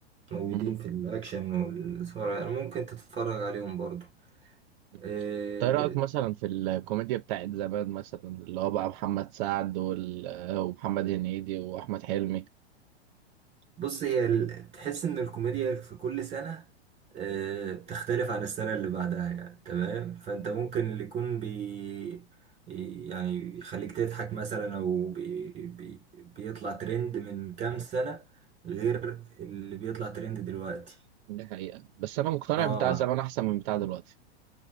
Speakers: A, on the right; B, on the right.
A: موجودين
B: مم.
A: في الأكشن والإثارة يعني ممكن تتفرج عليهم برضو
B: طيب
A: آه،
B: إيه رأيك مثلا في الكوميديا بتاعت زمان مثلا اللي هو بقى محمد سعد وال... آه، ومحمد هنيدي وأحمد حلمي
A: بص هي ال- تحس ان الكوميديا في كل سنة آه، بتختلف عن السنة اللي بعدها يعني تمام فانت ممكن اللي يكون بي يعني يخليك تضحك مثلا او بي بي بيطلع ترند من كام سنة غير اللي بيطلع ترند دلوقتي
B: دي حقيقة بس أنا مقتنع
A: اه
B: بتاع زمان أحسن من بتاع دلوقتي